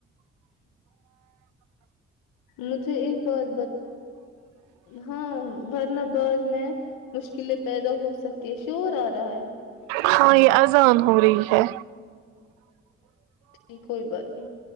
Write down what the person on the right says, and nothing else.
ہاں یہ اذان ہو رہی ہے